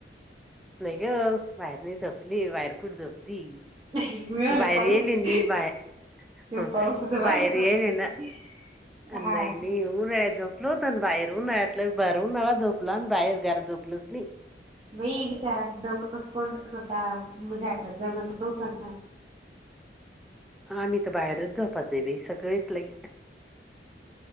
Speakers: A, in the centre; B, on the right (about 30°).
A: नाही ग बाहेर नई झोपली, बाहेर कुठ झोप ती,
B: मी म्हणलं
A: बाहेर
B: पाऊस
A: येली मी बाहे हम.
B: पाऊसच बाहेर
A: बाय
B: झोपत
A: रे निन,
B: आहे काय
A: नई
B: हा का.
A: नई होऊ राहीको. <unintelligible> झोपलच नाही.
B: बाई म घरात दमस कोत होता, झारात दमत नव्हत.
A: आम्ही तर बाहेरच झोपाचे सगळेच लई.